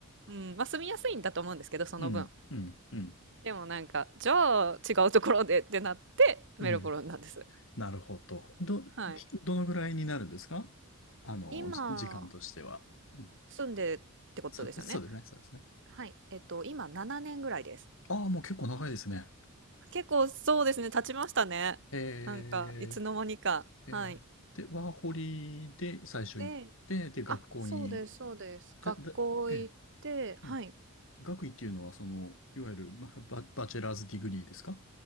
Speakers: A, on the right; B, on the left.
A: うん、まあ住みやすいんだと思うんですけど、その分。
B: うん。うん。うん。
A: でもなんか、じゃあ違うところでってなってメルボルンなんです。
B: うん。なるほど。ど、
A: はい。
B: どのぐらいになるんですかあの、
A: 今
B: じ時間としては。うん、
A: 住んでってことですよね。
B: そう、そうですね、そうですね。
A: はい。えっと、今7年ぐらいです。
B: ああ、もう結構長いですね。
A: 結構そうですね、経ちましたね。
B: え
A: なんか、いつの間にか。
B: ー、
A: はい。
B: えー、で、ワーホリで最初行って、
A: で、
B: で、学校に、
A: あ、そうです、そうです。
B: で、
A: 学校行って、
B: で、ええ、うん。
A: はい。
B: 学位っていうのは、その、いわゆるバ、ババチェラーズディグリーですか